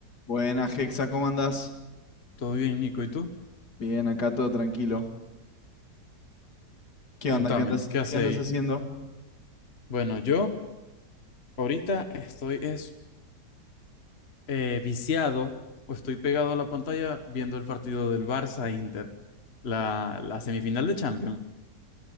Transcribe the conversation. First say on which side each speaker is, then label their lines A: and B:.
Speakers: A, on the left (about 70°); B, on the left (about 40°).
A: Buenas, Hexa, ¿cómo andás?
B: Todo bien, Nico. ¿Y tú?
A: Bien, acá todo tranquilo. ¿Qué
B: Contame,
A: onda? ¿Qué andas,
B: ¿qué haces
A: qué andas
B: ahí?
A: haciendo?
B: Bueno, yo ahorita estoy es, eh, viciado o estoy pegado a la pantalla viendo el partido del Barça-Inter, la, la semifinal de Champions.